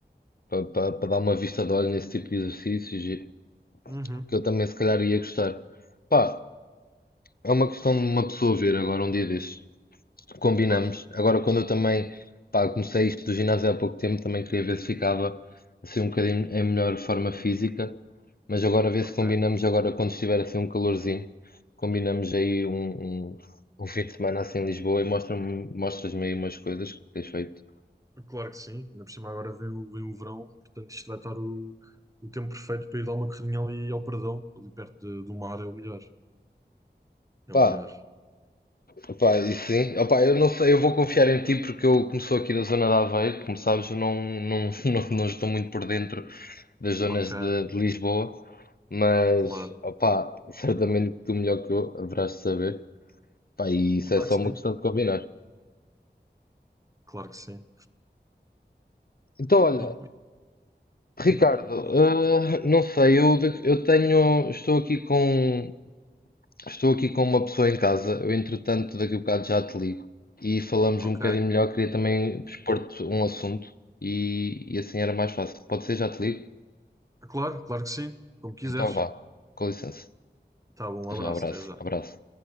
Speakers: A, on the left (about 55°); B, on the right (about 20°).
A: para dar uma vista de olho nesse tipo de exercícios, e
B: Uhum,
A: que eu também se calhar ia gostar. Pá, é uma questão de uma pessoa ver agora um dia destes. Combinamos.
B: claro,
A: Agora, quando eu também, pá, comecei isto do ginásio há pouco tempo, também queria ver se ficava assim um bocadinho em melhor forma física, mas agora ver
B: ok.
A: se combinamos agora quando estiver assim um calorzinho, combinamos aí um, um, um fim de semana assim em Lisboa e mostra-me, mostras-me aí umas coisas que tens feito.
B: Claro que sim, ainda por cima agora vem o, vem o verão, portanto isto vai estar o, o tempo perfeito para ir dar uma corridinha ali ao Perdão, ali perto de- do mar é o melhor. É
A: Pá,
B: o melhor.
A: Opa, e sim. Opa, eu não sei, eu vou confiar em ti porque eu como sou aqui da zona de Aveiro, como sabes, eu não, não, <laughs> não, não estou muito por dentro das zonas
B: Ok,
A: de, de Lisboa, mas
B: claro.
A: opa, certamente que tu melhor que eu haverás de saber. Pá, e isso
B: Claro
A: é só
B: que sim,
A: uma questão de combinar.
B: claro que sim.
A: Então,
B: Pronto,
A: olha,
B: e-
A: Ricardo,
B: e-
A: ah, não sei, eu, de- eu tenho, estou aqui com Estou aqui com uma pessoa em casa. Eu, entretanto, daqui a bocado já te ligo e falamos
B: ok,
A: um bocadinho melhor. Queria também expor-te um assunto e, e assim era mais fácil. Pode ser, já te ligo?
B: claro, claro que sim, como quiseres.
A: Então vá, com licença.
B: Tá bom,
A: Até
B: um abraço,
A: Já, abraço,
B: até já.
A: abraço.